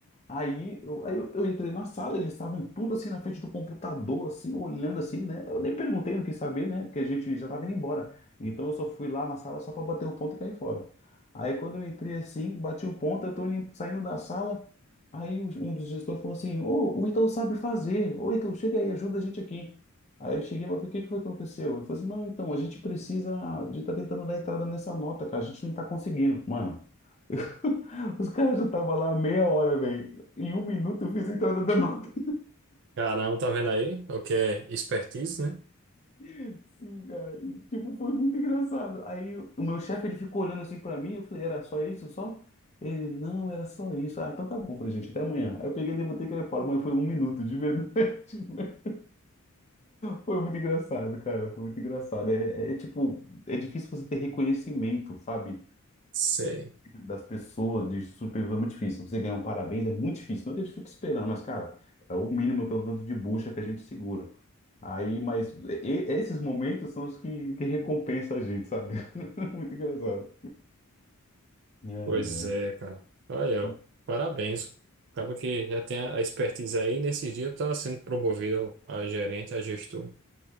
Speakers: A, on the left (about 30°); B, on the right (about 55°).
A: Aí, eu, aí eu, eu entrei na sala, eles estavam tudo assim na frente do computador, assim, olhando assim, né? Eu nem perguntei, não quis saber, né? Porque a gente já estava indo embora. Então eu só fui lá na sala só para bater o ponto e cair fora. Aí quando eu entrei assim, bati o ponto, eu tô indo- saindo da sala. Aí o- um dos gestores falou assim: Ô, o Ítalo sabe fazer, ô Ítalo, chega aí, ajuda a gente aqui. Aí eu cheguei, mas o que que foi que aconteceu? Eu falei assim: não, então, a gente precisa de estar tentando dar entrada nessa nota, cara, a gente não está conseguindo. Mano. <laughs> Os caras já estavam lá há meia hora, velho. Em um minuto eu fiz a entrada da nota.
B: Caramba, tá vendo aí? O que é expertise, né?
A: <laughs> Sim, cara. E, tipo, foi muito engraçado. Aí o meu chefe, ele ficou olhando assim pra mim. Eu falei, era só isso, só? Ele, não, era só isso. Ah, então tá bom. Eu falei, gente, até amanhã. Aí eu peguei e levantei e caí fora. Mas foi um minuto, de verdade. <laughs> Foi muito engraçado, cara. Foi muito engraçado. É, é, é tipo, é difícil você ter reconhecimento, sabe?
B: Sei.
A: das pessoas, de surpresa é muito difícil. Você ganhar um parabéns é muito difícil. Não é que a gente fica esperando, mas, cara, é o mínimo pelo tanto de bucha que a gente segura. Aí, mas e- e- esses momentos são os que, que recompensa a gente, sabe? <laughs> Muito engraçado. Ai,
B: Pois
A: ai.
B: é, cara. Olha,
A: Mas
B: ó, parabéns. Acaba que já tem a a expertise aí, e nesses dias tá sendo promovido a gerente, a gestor.